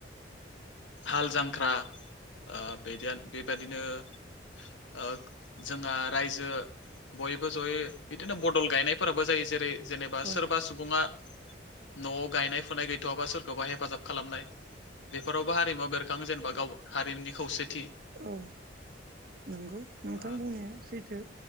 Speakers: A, on the left (about 80°); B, on the right (about 50°).
A: हाल जांख्रा ओ बेदि बेबायादिनो ओ जोंहा रायजो। बयबो जयै बिदिनो बदल गायनायफोराबो जायो जेरै। जेनेबा
B: औ
A: सोरबा सुबुङा न'आव गायनाय फुनाय गैथ'वाबा सोरखौबा हेफाजाब खालामनाय। बेफोरावबो हारिमुआ बेरखाङो जेनेबा गाव हारिमुनि खौसे।
B: औ नंगौ नोंथां
A: ओ
B: बुंनाया सैथो